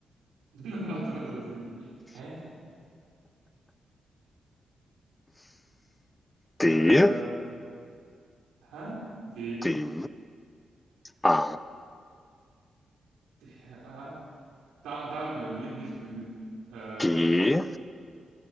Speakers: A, on the right (about 85°); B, on the left (about 20°).
A: <laughs> warte, warte, warte. wie- Hä?
B: D,
A: Äh, hä? D,
B: D, A,
A: D, A. Da, da, nee, nicht mit, äh,
B: G,